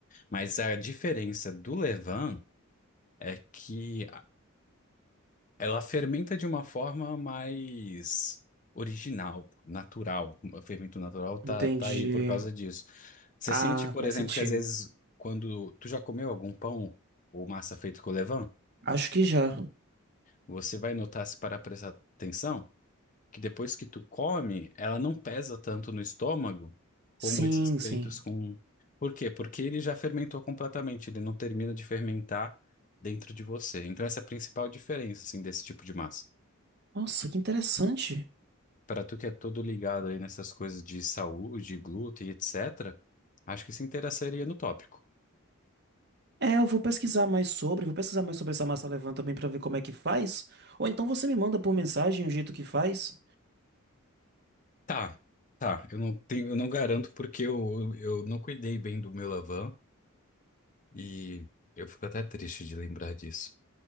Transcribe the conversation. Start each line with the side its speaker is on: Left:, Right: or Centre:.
Left: Mas a diferença do levain é que Ela fermenta de uma forma mais original, natural. O fermento natural tá,
Right: Entendi.
Left: tá aí por causa disso. Você
Right: Ah,
Left: sente, por
Right: faz
Left: exemplo,
Right: sentido.
Left: que às vezes quando tu já comeu algum pão ou massa feito com levain,
Right: Acho que já.
Left: você vai notar, se parar pra prestar atenção, que depois que tu come, ela não pesa tanto no estômago como
Right: Sim,
Left: esses
Right: sim.
Left: peitos com... Por quê? Porque ele já fermentou completamente, ele não termina de fermentar dentro de você. Então essa é a principal diferença, assim, desse tipo de massa
Right: Nossa, que interessante.
Left: Para tu que é todo ligado aí nessas coisas de saúde, glúten, etc., acho que se interessaria no tópico.
Right: É, eu vou pesquisar mais sobre, vou pesquisar mais sobre essa massa levain também pra ver como é que faz. Ou então você me manda por mensagem o jeito que faz.
Left: Tá, tá. Eu não tenho, eu não garanto porque eu, eu não cuidei bem do meu Lavan e eu fico até triste de lembrar disso.